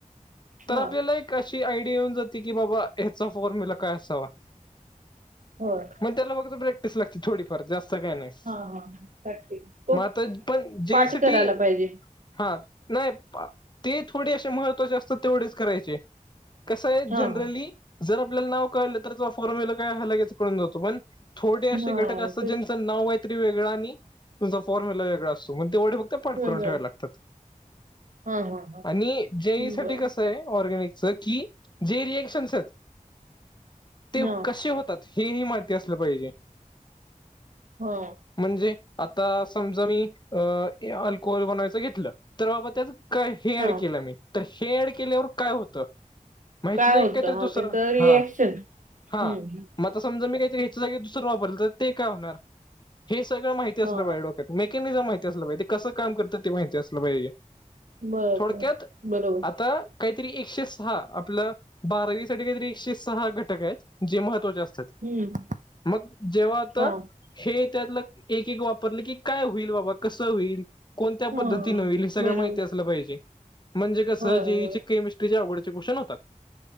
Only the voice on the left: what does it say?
तर
आपल्याला एक अशी आयडिया येऊन जाते की बाबा याचा फॉर मुला काय असावा.
मग त्याला बघतो प्रॅक्टिस लागते थोडीफार जास्त काही नाही.
मग आता पण जे
इ साठी
हा. नाही पा ते थोडी अशे महत्त्वाचे असतात तेवढेच करायचे कसं आहे
जनरली
जर आपल्याला नाव कळलं तर त्या फॉरमेला काय हा लगेच कळून जातो पण थोडे अशे
घटक असतात
ज्यांचं नाव काय तरी वेगळा आणि तुझा फॉर्म्युला वेगळा असतो मंग तेवढे ते पाठ
करून ठेवायला लागतात.
आणि जे इ साठी
कसं आहे ऑर्गॅनिकच की जे रिएक्शन्स आहेत ते
कशे होतात हे ही माहिती असलं पाहिजे.
म्हणजे आता समजा मी अ अल्कोहोल बनवायचं घेतलं तर बाबा त्याज हे
ऍड केलं मी तर हे ऍड केल्यावर काय होतं माहितीच
का आहे
काहीतरी
दुसरं
हा हा.
मग आता समजा मी काहीतरी <unintelligible> वापरलं तर दुसरं तर ते काय होणार हे सगळं माहिती असलं
पाहिजे डोक्यात मेकॅनिझम माहिती असलं पाहिज ते कस काम करतात माहिती असलं पाहिजे.
थोडक्यात
आता काहीतरी एकशे सहा आपलं बारावी साठी काहीतरी एकशे सहा घटक आहेत जे महत्त्वाचे असतात.
मग जेवा आता
हे त्यातलं एक एक वापरलं की काय होईल बाबा कसं होईल? कोणत्या
पद्धतीने होईल हे सगळ
माहिती असत. असल पाहिजे जे म्हणजे कसं
जेई
चे केमिस्ट्रीच्या अवघडचे क्श्न होतात.